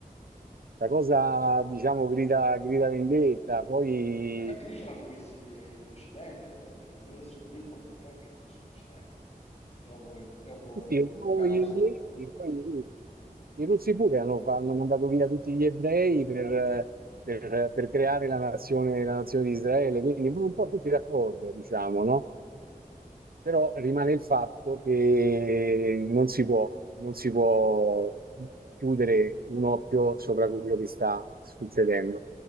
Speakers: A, on the right (about 80°); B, on the left (about 45°).
A: La cosa, diciamo, grida, grida vendetta, poi
B: Ma infatti lì ce l'hanno messi l'Occidente, ce l'ha messo lì, il popolo ebraico ce l'ha messo l'Occidente, no? Dopo, dopo
A: Sì, sì, un
B: l'Olocausto
A: po' gli inglesi, poi i russi. I russi pure hanno, hanno mandato via tutti gli ebrei per, per- per creare la nazione, la nazione di Israele, quindi un po' tutti d'accordo, diciamo, no? Però rimane il fatto che non si può, non si può chiudere un occhio sopra quello che sta succedendo.